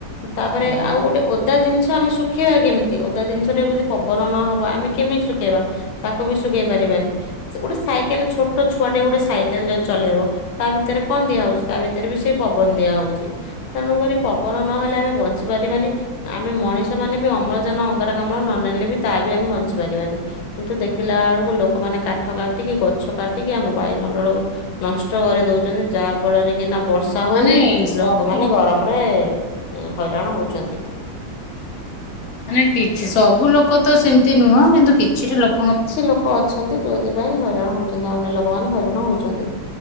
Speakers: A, on the left; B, on the left.
A: ତାପରେ
B: ସେୟା।
A: ଆଉ ଗୋଟେ ଓଦ୍ ଓଦା ଦିନ୍ଷ ଆମେ ଶୁଖେଇବା କେମିତି? ଓଦା ଦିନ୍ଷଟେ <unintelligible> ପବନ ନହବ ଆମେ କେମିତି ଶୁଖେଇବା। ତାକୁ ବି ଶୁଖେଇ ପାରିବାନି। ସେ ଗୋଟେ ସାଇକେଲେ ଛୋଟ ଛୁଆଟେ ଗୋଟେ ସାଇକେଲେ ଚଲେଇବ ତା ଭିତେରେ କଣ ଦିଆ ହଉଚି ତା ଭିତେରେ ବି ସେଇ ପବନ ଦିଆ ହଉ ତେଣୁକରି ପବନ ନହେଲେ ଆମେ ବଞ୍ଚି ପାରିବାନି। ଆମେ ମଣିଷ ମାନେ ବି ଅମ୍ଳଜାନ ଅଙ୍ଗାରକାମ୍ଳ ନ ନେଲେ ବି ତା ବି ଆମେ ବଞ୍ଚି ପାରିବାନି। କିନ୍ତୁ ଦେଖିଲାଳୁକୁ ଲୋକମାନେ କାଠ କାଟିକି ଗଛ କାଟିକି ଆମ ବାୟୁମଣ୍ଡଳକୁ ନଷ୍ଟ କରି ଦଉଚନ୍ତି ଯାହା ଫଳରେ କି ନାଁ ବର୍ଷ <inaudible>
B: ମାନେ
A: ହଉନି
B: ସବୁ
A: ଲୋକମାନେ ଗରମରେ ଏଁ ହଇରାଣ ହଉଚନ୍ତି।
B: ମାନେ କିଛି ସବୁ ଲୋକ ତ ସେମ୍ତି ନୁହଁ କିନ୍ତୁ କିଛିଟା ଲୋକ୍
A: କିଛି ଲୋକ ଅଛନ୍ତି ଯୋଉଥିପାଇଁ ହଇରାଣ ହଉଚନ୍ତି ଅନ୍ୟ ଲୋକମାନେ ହଇରାଣ ହଉଚନ୍ତି।